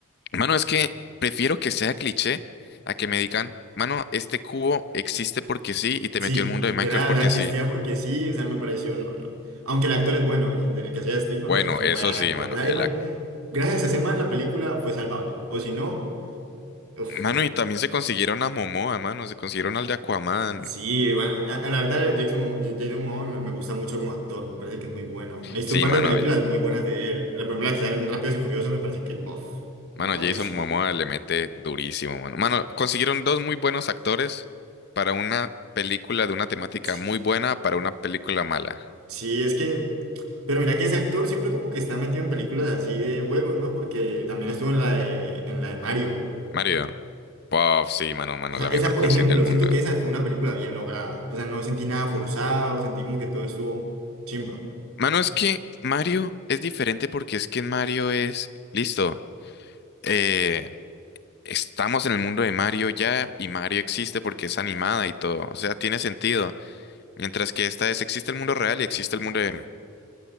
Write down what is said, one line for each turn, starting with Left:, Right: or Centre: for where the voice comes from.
Left: Mano, es que prefiero que sea cliché a que me digan, mano, este cubo existe porque sí y te
Right: Sí,
Left: metió al mundo
Right: literal,
Left: de Minecraft porque
Right: existía
Left: sí.
Right: porque sí, o sea, me pareció, no, no. Aunque el actor es bueno, ¿eh? El, de- el que hacía de Steve me
Left: Bueno,
Right: parece que es un
Left: eso
Right: buen
Left: sí,
Right: actor.
Left: mano.
Right: O sea,
Left: el
Right: de man-
Left: ac-
Right: gracias a ese man la película fue salvable, o si no, uff,
Left: Mano, y también se consiguieron a Momoa, mano, se consiguieron al de Aquaman.
Right: Sí, bueno, a- a la verdad Jason, Momoa- Jason Momoa me me gusta mucho como actor, me parece que es muy bueno. He visto
Left: Sí,
Right: un par
Left: mano,
Right: de películas
Left: oye.
Right: muy buenas de él. La primera que sale en Rápidos y Furiosos me parece que, bof,
Left: Mano,
Right: baurísimo.
Left: Jason Momoa le mete durísimo, mano. Mano, consiguieron dos muy buenos actores para una película de una temática
Right: Sí.
Left: muy buena para una película mala.
Right: Sí, es que, pero mira que ese actor siempre como que está metido en películas así de juegos, ¿no? Porque también estuvo en la de, en la de Mario.
Left: Mario. Puff, sí, mano, mano,
Right: O sea,
Left: la
Right: esa,
Left: mejor
Right: por
Left: canción
Right: ejemplo,
Left: del mundo.
Right: siento que esa fue una película bien lograda. O sea, no sentí nada forzado, sentí como que todo estuvo chimba.
Left: Mano, es que Mario es diferente porque es que en Mario es, listo, eh, estamos en el mundo de Mario ya y Mario existe porque es animada y todo, o sea, tiene sentido. Mientras que esta es, existe el mundo real y existe el mundo de...